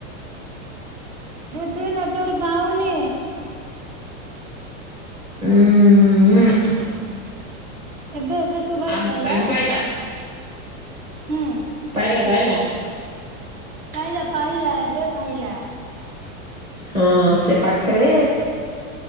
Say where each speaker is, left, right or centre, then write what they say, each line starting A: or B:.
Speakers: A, on the right; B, on the right.
A: ଦିଦି ନେଟୱାର୍ ପାଉନି।
B: ଉଁ ହୁଁ।
A: ଏବେ ଏବେ ଶୁଭା
B: ଆ
A: ଗଲା
B: ଏବେ ପାଇଲା।
A: ହୁଁ।
B: ପାଇଲା ପାଇଲା।
A: ପାଇଲା ପାଇଲା ଏବେ ପାଇଲା।
B: ହଁ ସେ ପାଖରେ